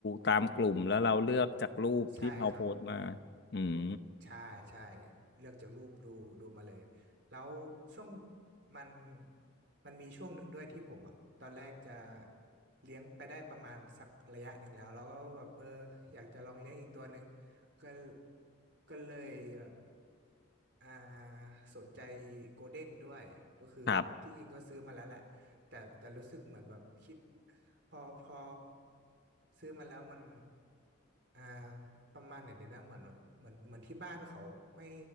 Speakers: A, on the left; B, on the right.
A: ตามกลุ่มแล้วเราเลือกจากรูปที่เขาโพสต์มา
B: ใช่ครับ
A: อืม
B: ใช่ใช่เลือกจากรูปดูดูมาเลยแล้วช่วงมันมันมีช่วงหนึ่งด้วยที่ผมอ่ะตอนแรกจะเลี้ยงไปได้ประมาณสักระยะหนึ่งแล้วแล้วก็แบบเอออยากจะลองเลี้ยงอีกตัวหนึ่งก็ก็เลยแบบอ่าสนใจโกลเด้นด้วยก็คือที่จริงก็ซื้อมาแล้วแหละแต่แต่รู้สึกเหมือนแบบคิด
A: ครับ
B: พอพอซื้อมาแล้วมัน อ่าประมาณไหนดีนะเหมือนเหมือนเหมือนที่บ้านเขาไม่